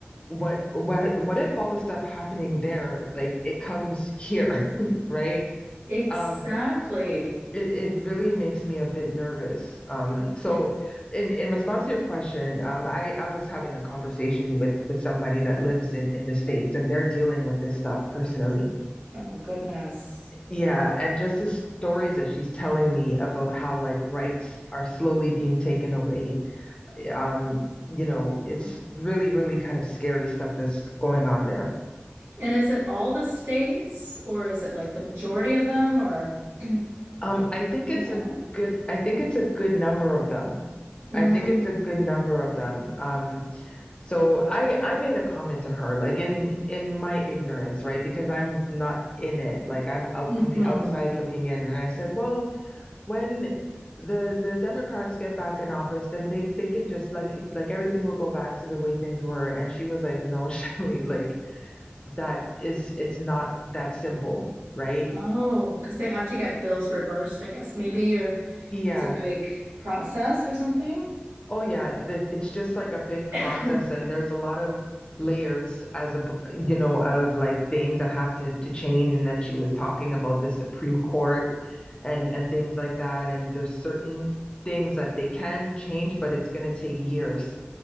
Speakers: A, on the left; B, on the right.
A: what what what if all the stuff happening there like it comes here <laughs> right
B: exactly.
A: um it, it really makes me a bit nervous um so in in response to your question um i i was having a conversation with with somebody that lives in in the states and they're dealing with this stuff personally
B: Oh goodness.
A: yeah and just the stories that she's telling me about how like rights are slowly being taken away um you know
B: Wow.
A: it's really really kind of scary stuff that's going on there
B: And is it all the states or is it like the majority of them or <clears throat> you
A: Um, I think it's
B: know?
A: a good, I think it's a good number of them.
B: Mm.
A: I think it's a good number of them. Um, so I I made a comment to her, like in in my ignorance, right? Because I'm not in it. Like I'm out
B: hmm
A: from the outside looking in. And I said, well, when the the Democrats get back in office, then they they can just like like everything will go back to the way things were. And she was like, no, <laughs> Shelley, like that is it's not that simple, right?
B: Oh, because they have to get bills reversed, I guess maybe, or
A: Yeah.
B: it's a big process or something.
A: Oh yeah, that- it's just like a big process
B: <coughs>
A: and there's a lot of layers as a p- you know of like things that have to to change and then she was talking about the Supreme Court and and things like that and there's certain things that they can change but it's going to take years,